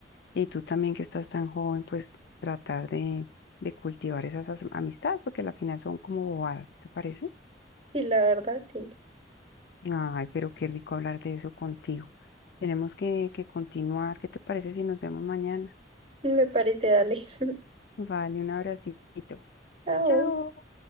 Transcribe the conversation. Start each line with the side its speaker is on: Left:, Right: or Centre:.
Left: Y tú también que estás tan joven, pues tratar de, de cultivar esas as- amistades, porque al final son como bobadas, ¿te parece?
Right: Y la verdad, sí.
Left: Ay, pero qué rico hablar de eso contigo. Tenemos que, que continuar. ¿Qué te parece si nos vemos mañana?
Right: Me parece, dale. <laughs>
Left: Vale, un abracito.
Right: Chao.
Left: Chao.